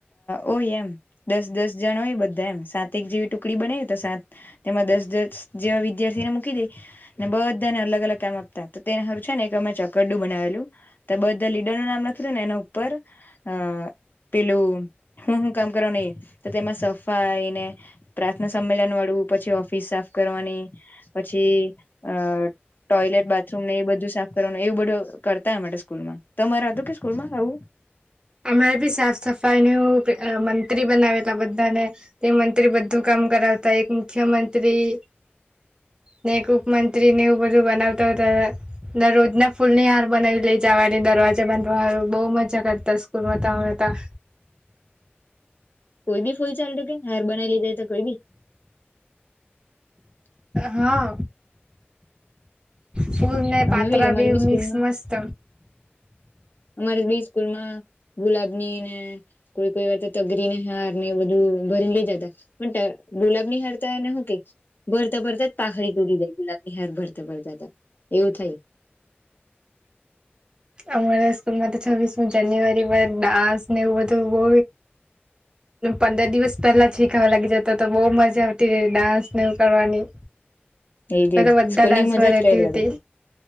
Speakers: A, on the left; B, on the right.
A: હોય એમ દસ દસ જણ હોય બધું એમ સાત એક જેવી ટુકડી બને તો સાત તેમાં દસ દસ જેવા વિદ્યાર્થીને મૂકી દે. બધાને અલગ અલગ કામ આપતા તો તેને હારુ છે ને કે અમે ચકરડું બનાવેલું બધા લીડર નું નામ લખી દેવાનું ને એના ઉપર અ પેલું હું હું કામ કરો ને તો તેમાં સફ સફાઈને પ્રાર્થના સંમેલન વાળું પછી ઓફિસ સાફ કરવાની પસી અ ટોયલેટ બાથરૂમ ને એ બધું સાફ કરવાનું એવું બધું કરતાય માટે સ્કૂલમાં તમાર હતું કે સ્કૂલ માં એવું?
B: અમારે બી સાફ સફાઈ ને અ મંત્રી બનાવેલા બધાને એ મંત્રી બધું કામ કામ કરાવતા એક મુખ્યમંત્રી ને એક ઉપમંત્રી ને એવું બધું બનાવતા હતા ને રોજ ના ફૂલ ની હાર બનાવી લે જાતા. વાની દરવાજા બનવા બો મજા કરતા બનાવતા હતા.
A: કોઈ ભી ફૂલ ચાલતું કે હાર બનાઈ લી જાય તો કોઈ ભી?
B: હા. ફૂલ અને
A: અમે
B: પાતરા
A: બી અમારે
B: બેવ
A: બી સ્કૂલમાં
B: મિક્સ મસ્ત
A: અમારે બી સ્કૂલમાં ગુલાબ ની ને કોઈ કોઈ વાર તો તગરીને હાર ને એ બધું ભરીને લેય જતા પણ તે ગુલાબની હાર ને કે ભરતા ભરતા પાખરી તૂટી જય ગુલાબ હરભરતા ભર દાદા એવું થાય.
B: અમારા સ્કૂલ માં તો છવ્વીસમી જાન્યુઆરી પર ડાન્સ ને એવું બધું બહુ. પંદર દિવસ પહેલા જ શીખાવા લાગી જતો તો બહુ મજા આવતી ડાન્સને એવું કરવાની
A: એજ
B: મે
A: એજ
B: તો બધા
A: સ્કૂલની
B: ડાન્સમાં
A: મજા જ
B: રહેતી
A: કઈ અલગ
B: હતી.